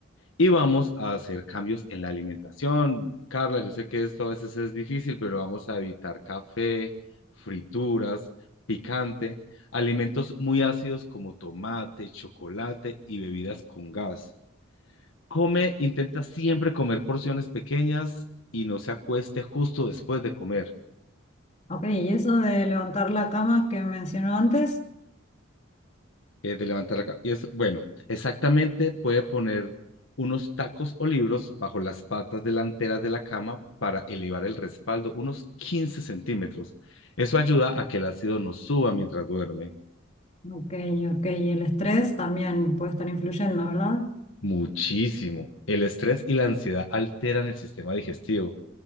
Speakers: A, on the left; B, on the left.
A: Y vamos a hacer cambios en la alimentación. Carla, yo sé que esto a veces es difícil, pero vamos a evitar café, frituras, picante, alimentos muy ácidos como tomate, chocolate y bebidas con gas. Come, intenta siempre comer porciones pequeñas y no se acueste justo después de comer.
B: ok, ¿y eso de levantar la cama que mencionó antes?
A: eh, de levantar la ca- Y es, bueno, exactamente puede poner unos tacos o libros bajo las patas delanteras de la cama para elevar el respaldo unos 15 centímetros. Eso ayuda a que el ácido no suba mientras duerme.
B: Ok, ok, y el estrés también puede estar influyendo, ¿verdad?
A: Muchísimo. El estrés y la ansiedad alteran el sistema digestivo.